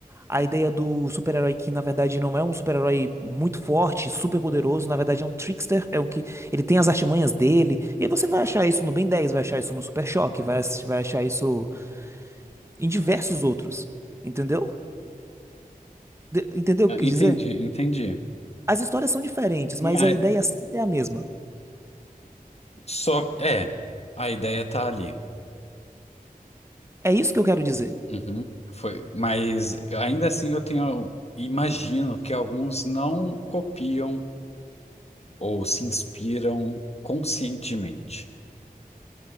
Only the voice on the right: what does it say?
a ideia do super-herói que na verdade não é um super-herói muito forte, super poderoso, na verdade é um trickster, é um que ele tem as artimanhas dele. E aí você vai achar isso no Ben dez vai achar isso no Super Choque, vai, vai achar isso em diversos outros, entendeu? De- entendeu
o que eu
quis dizer?
As histórias são diferentes,
mas a ideia sempre é a mesma.
É isso que eu quero dizer.